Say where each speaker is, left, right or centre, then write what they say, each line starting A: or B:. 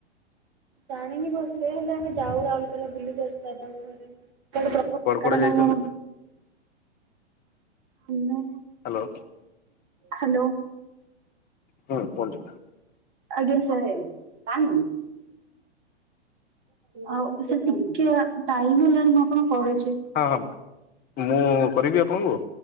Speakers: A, on the right (about 35°); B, on the left (about 30°).
A: ଜାଣିନି ଭଲସେ ହେଲେ ଆମେ ଯାଉ ରାଉରକେଲା ବୁଲିକି ଆସୁ ଦାଦାଙ୍କ ଘରେ ଏଟା ଗୋଟେ ପ୍ର ଫାଙ୍କା
B: କୁଆଡେ କୁଆଡେ
A: ଟା
B: ଯାଇଛନ୍ତି?
A: ନା କଣ? ହୁ ନା
B: ହ୍ୟାଲୋ।
A: ହ୍ୟାଲୋ।
B: ହୁଁ କୁହନ୍ତୁ
A: ଆଜ୍ଞା ସାର୍ ହୁଁ ଆଉ ସାର୍ ଟିକେ ଟାଇମ୍ ହେଲାଣି ଆପଣଙ୍କୁ କରୁଛି।
B: ହଁ ହଁ ମୁଁ କରିବି ଆପଣଙ୍କୁ?